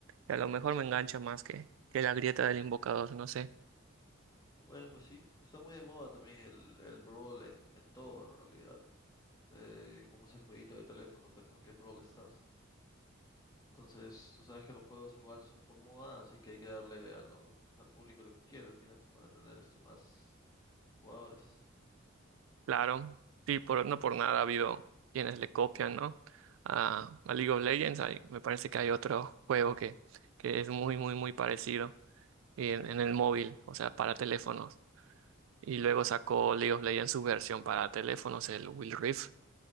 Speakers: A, on the right (about 70°); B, on the left (about 20°).
A: Y a lo mejor me engancha más que, que la grieta del invocador, no sé.
B: Bueno, pues sí. Está muy de moda también el, el Brawl en, en todo, en realidad. Eh, como ese jueguito de teléfono, pues, ¿no? Que es Brawl Stars. Entonces, tú sabes que los juegos igual son por moda, así que hay que darle a los, al público lo que quiere al final para tener este más jugadores.
A: Claro, sí, por, no por nada ha habido quienes le copian, ¿no? A, a League of Legends, hay- me parece que hay otro juego que, que es muy, muy, muy parecido y en, en el móvil, o sea, para teléfonos. Y luego sacó League of Legends su versión para teléfonos, el Will Rift.